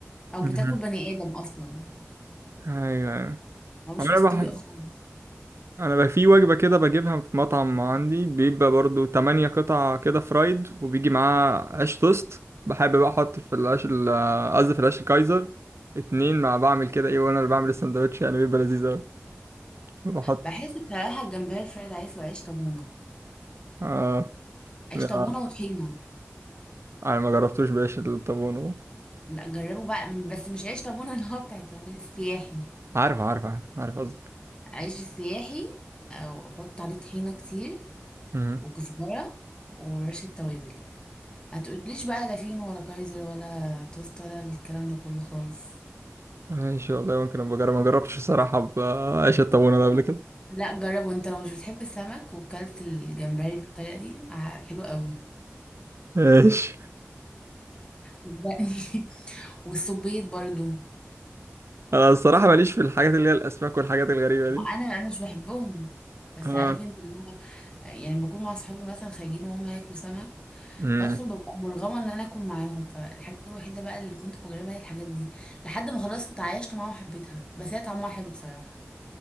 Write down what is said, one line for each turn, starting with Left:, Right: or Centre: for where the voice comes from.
Left: او
Right: مهم.
Left: بتاكل بني ادم اصلا
Right: ايوه ايوه
Left: هو مش
Right: هو انا
Left: مستوي
Right: بح...
Left: خالص
Right: انا بقى في وجبه كده بجيبها في مطعم عندي بيبقى برضو تمانية قطع كده فرايد وبيجي معاه عيش توست بحب بقى احط في العيش ال- آه، قصدي في العيش الكايزر اتنين مع بعمل كده ايه وانا اللي بعمل السندوتش يعني بيبقى لذيذ اوي بحط
Left: بحس بصراحة الجمبري الفرايد عايز له عيش طابونة
Right: اه
Left: عيش
Right: يعني
Left: طابونة وطحينة
Right: انا ما جربتوش بعيش الطابون ده
Left: لا جربوا بقى م- بس مش عيش طابونة اللي هو بتاع التموين السياحي
Right: عارف عارف عارف عارف قصدك
Left: عيش السياحي أو حط عليه طحينة كتير
Right: مهم.
Left: وكزبرة ورشة توابل هتقوليش بقى لا فين ولا كايزر ولا توست ولا الكلام ده كله خالص
Right: ماشي والله ممكن ابقى اجرب ما جربتش الصراحه بعيش الطابون ده قبل كده
Left: لا جربه انت لو مش بتحب السمك وكلت الجمبري بالطريقة دي ع- حلو قوي
Right: ماشي
Left: صدقني <laughs> والصبيط برضو
Right: انا الصراحه ماليش في الحاجات اللي هي الاسماك والحاجات الغريبه
Left: ما
Right: دي
Left: انا انا مش بحبهم بس
Right: اه
Left: عارف انت اللي هو يعني بكون مع اصحابي مثلا خارجين وهم هياكلوا سمك
Right: امم
Left: بدخل ببقى مرغمه ان انا اكل معاهم فالحاجه الوحيده بقى اللي كنت بجربها هي الحاجات دي لحد ما خلاص اتعايشت معاها وحبيتها بس هي طعمها حلو بصراحه